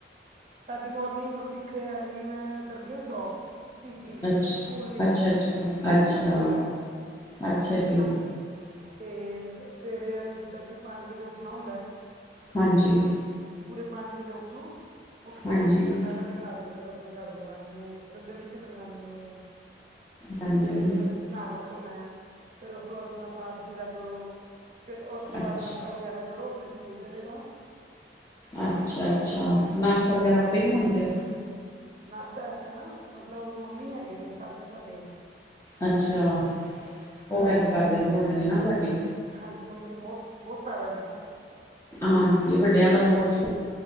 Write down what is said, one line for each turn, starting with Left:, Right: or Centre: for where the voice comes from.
Right: ਸਾਡੀ ਮੋਰਨਿੰਗ ਰੂਟੀਨ ਤੇ ਹੈ ਜੀ ਮੈਂ ਕਰਦੀ ਆ ਜੋਬ। ਟੀਚਿੰਗ ਦੀ
Left: ਅੱਛ
Right: ਸਕੂਲ ਵਿੱਚ
Left: ਅੱਛਾ ਅੱਛਾ ਅੱਛਾ
Right: ਟੀਚਰ ਦੀ
Left: ਅੱਛਾ ਜੀ
Right: ਹਾਂਜੀ। ਤੇ ਸਵੇਰੇ ਆ ਜਿੱਦਾਂ ਕਿ ਪੰਜ ਵਜੇ ਉੱਠਣਾ ਹੁੰਦਾ।
Left: ਹਾਂਜੀ
Right: ਪੂਰੇ ਪੰਜ ਵਜੇ ਉੱਠੋ ਉੱਠ ਕੇ
Left: ਹਾਂਜੀ
Right: ਮੈਂ ਕੀ ਕਰਨਾ ਪਹਿਲੇ ਘਰ ਦੇ ਅੰਦਰ ਝਾੜੂ ਲਗਾਨੀ ਆ ਫਿਰ ਗਲੀ 'ਚ ਲਗਾਨੀ ਆ
Left: ਹਾਂਜੀ
Right: ਫਿਰ ਨਹਾਉਣਾ ਧੋਣਾ ਫਿਰ ਉਸ ਤੋਂ ਬਾਅਦ ਆਪਣਾ ਪਾਠ ਪੂਜਾ ਕਰੋ। ਫਿਰ ਉਸ ਤੋਂ
Left: ਅੱਛਾ
Right: ਬਾਅਦ ਨਾਸ਼ਤਾ ਵਗੈਰਾ ਕਰੋ ਆਪਣੇ ਸਕੂਲ ਚਲੇ ਜਾਓ।
Left: ਅੱਛਾ- ਅੱਛਾ ਨਾਸ਼ਤਾ ਵਗੈਰਾ ਆਪੇ ਬਣਾਉਦੇ ਹੋ?
Right: ਨਾਸ਼ਤਾ ਐਸਾ ਹੈ ਨਾ ਮਤਲਬ ਮੰਮੀ ਹੈਗੇ ਨੇ ਸੱਸ ਸਾਡੇ।
Left: ਅੱਛਾ। ਉਹ
Right: ਹਾਂਜੀ-ਹਾਂਜੀ
Left: ਹੈਲਪ ਕਰ ਦਿੰਦੇ ਹੋਣੇ ਨੇ ਨਾ ਤੁਹਾਡੀ
Right: ਹਾਂਜੀ ਉਹਨਾਂ ਦੀ ਬੋਤ- ਬੋਤ ਸਾਰਾ ਜੀ ਸਨ-
Left: ਹਾਂਜੀ ਵੱਡਿਆਂ ਦਾ ਬੋਤ ਸ-